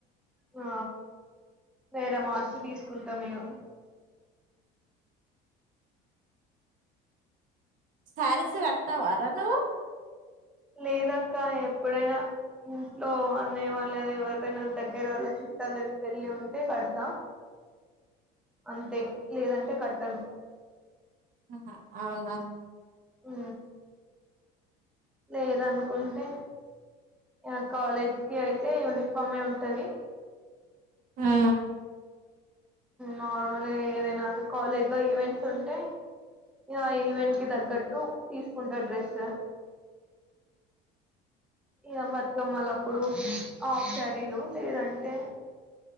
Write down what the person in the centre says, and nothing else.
అ వేరే మార్చి తీసుకుంటాము ఇగ
లేదక్క ఎప్పుడైనా ఇంట్లో అన్నయ్య వాళ్ళది ఎవరిదైనా దగ్గర వాళ్ళ చుట్టాల్దీ పెళ్లి ఉంటే కడతా అంతే లేదంటే కట్టను
ఊ లేదనుకుంటే ఇగ కాలేజ్ కి అయితే యూనిఫాం మమ్మీ ఉంటది
నార్మల్ గా ఏదైనా కాలేజ్ లో ఈవెంట్స్ ఉంటే ఇగ ఈవెంట్ కి దగ్గట్టు టూ తీసుకుంటా డ్రెస్ ఇక బతుకమ్మలప్పుడు హాఫ్ శారీలు లేదంటే